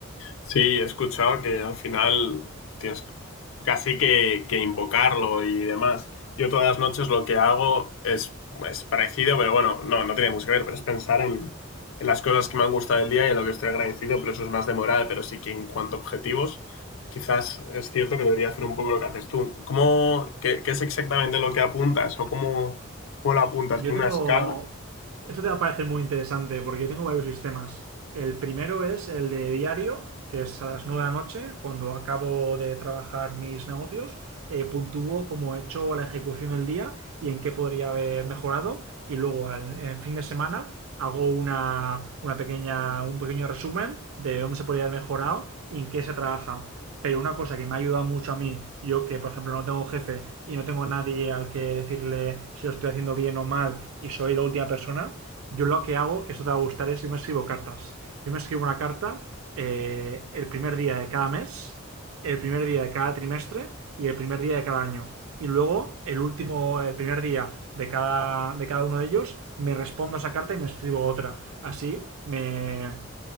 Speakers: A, on the left (about 65°); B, on the right (about 75°).
A: Sí, he escuchado que al final tienes casi que, que invocarlo y demás. Yo todas las noches lo que hago es, es parecido, pero bueno, no, no tiene mucho que ver, pero es pensar en, en las cosas que me han gustado del día y en lo que estoy agradecido, pero eso es más de moral, pero sí que en cuanto a objetivos, quizás es cierto que debería hacer un poco lo que haces tú. ¿Cómo, qué, qué es exactamente lo que apuntas o cómo, cómo lo apuntas?
B: Yo
A: ¿Con
B: tengo.
A: una escala?
B: Eso te va a parecer muy interesante porque yo tengo varios sistemas. El primero es el de diario, que es a las 9 de la noche, cuando acabo de trabajar mis negocios, eh, puntúo cómo he hecho la ejecución del día y en qué podría haber mejorado. Y luego al- en el fin de semana hago una, una pequeña, un pequeño resumen de dónde se podría haber mejorado y en qué se trabaja. Pero una cosa que me ha ayudado mucho a mí, yo que por ejemplo no tengo jefe y no tengo nadie al que decirle si lo estoy haciendo bien o mal y soy la última persona, yo lo que hago, que esto te va a gustar, es yo me escribo cartas. Yo me escribo una carta eh, el primer día de cada mes, el primer día de cada trimestre y el primer día de cada año. Y luego, el último, el primer día de cada, de cada uno de ellos, me respondo a esa carta y me escribo otra. Así me,